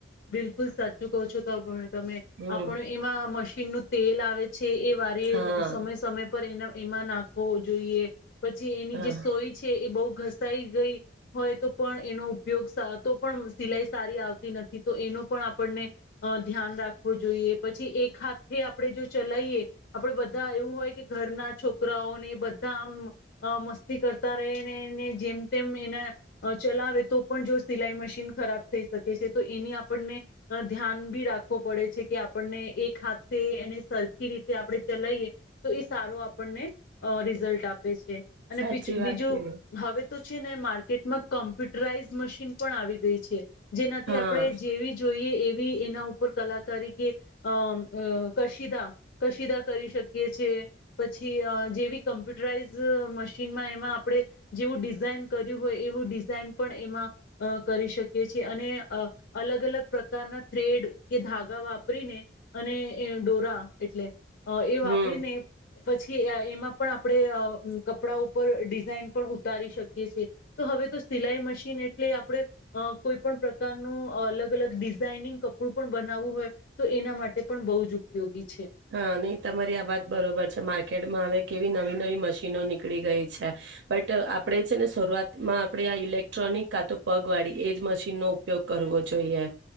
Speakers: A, on the left; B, on the right.
A: બિલકુલ સાચું કહો છો તો <unintelligible> તમે.
B: હમ
A: આપણ એમાં મશી નનું તેલ આવે છે, એ વારીએ
B: હા
A: સમય સમય પર એ એમાં નાખવો જોઈએ. પછી એની
B: હા
A: જે સોય છે, એ બહુ ઘસાઈ ગઈ હોય, તો પણ એનો ઉપયોગ સા, તો પણ સિલાઈ સારી આવતી નથી. તો એનું પણ આપણને ધ્યાન રાખવું જોઈએ. પછી એક હાથે આપણે જો ચલાઈએ, આપણેે બધા એવું હોય કે ઘરના છોકરાઓને બધા આમ મસ્તી કરતા રહે ને એને જેમ તેમ એના ચલાવે, તો પણ જો સિલાઈ મશીન ખરાબ થઈ શકે છે. તો એની આ આપણને ધ્યાન બી રાખવું પડે છે, કે આપણને એક હાથ એને સરખી રીતે આપણે ચલાઈએ, તો એ સારો આપણને રિઝલ્ટ આપે. આપે છે. અને
B: સાચી
A: બીજું
B: વાત કીધી
A: હવે તો છે ને માર્કેટમાં કોમ્પ્યુટરાઈઝ મશીન પણ આવી ગઈ છે. જેનાથી
B: હા
A: આપડે જેવી જોઈએ એવી એના ઉપર કલાકારી કે અ કશીદા કશીદા કરી શકીએ છે. પછી જેવી કમ્પ્યુટરાઈઝ મશીનમાં એમાં આપણે જેવું ડિઝાઇન કર્યું હોય એવું ડિ ઝાઈન પણ એમાં અ કરી શકીએ છીએ, અને અ અલગ અલગ પ્રકારના થ્રેડ કે ધાગા વાપરીને અને ડોરા એટલે અ એ
B: હમ
A: વાપરીને પછી એમાં પણ આપણે કપડા ઉપર ડિઝાઇન પણ ઉતારી શકીએ છે તો હવે તો સિલાઈ મશીન એટલે આપણે કોઈ પણ પ્રકારનો અલગ અલગ ડિઝાઇનિંગ કપડું પણ બનાવવું હોય તો એના માટે પણ બહુ જ ઉપયોગી છે.
B: હા નહી તમારી આ વાત બરોબર છે માર્કેટમાં હવે કેવી નવી નવી મશીનો નીકળી ગઈ છે બટ આપડે છે ને શરૂઆતમાં આપણે આ ઇલેક્ટ્રોનિક કા તો પગ વાળી એજ મશીનનો ઉપયોગ કરવો જોઈએ.